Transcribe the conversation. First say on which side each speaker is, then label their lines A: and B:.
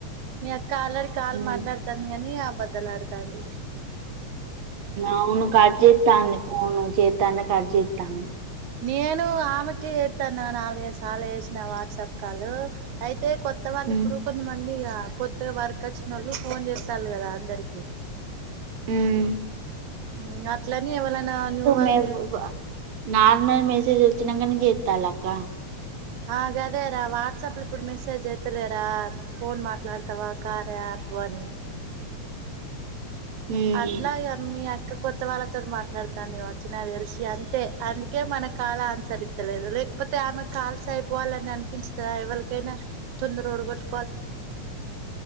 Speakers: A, on the right; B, on the right.
A: మీ అక్క ఆల్రెడీ కాలు
B: ఉమ్
A: మాట్లాడతాంది గాని అబద్దలాడుతాంది
B: అవును కట్ చెత్తంది ఫోన్ చెత్తంటే కట్ చెత్తంది
A: నేను ఆమెకి చేస్తాను నాలుగైదు సార్లు చేసిన వాట్సాప్ కాల్ అయి అయితే కొత్త వాళ్ళు
B: ఉమ్
A: ఇప్పుడు కొంతమంది ఇగ కొత్తగా వర్క్ వచ్చినోళ్ళు ఫోన్ చేస్తాండు కదా అందరికి
B: మ్మ్
A: మ్మ్ అట్ల అని ఎవలైనా న్యూ వాళ్ళు
B: మేము నార్మల్ మెసేజ్ వచ్చినాకనే చేస్తాలా అక్క
A: అ గదే రా వాట్సాప్ లో ఇప్పుడు మెసేజ్ చెత్తే లేదు దా, ఫోన్ మాట్లాడతావా? కార్యా అపు అని.
B: ఉమ్
A: అట్లా ఇగ, మీ అక్క కొత్త వాళ్ళతోనీ మాట్లాడతాంది ఈ మధ్య. చ్, నాకు తెలిసి అంతే. అందుకే మన కాల్ ఆన్సర్రితలేదు. లేక్ ఒకతె, ఆమె కాల్స్ అయిపోవాలని అనిపించదా ఎవాళ్లకైనా? తొందర వోడగొట్.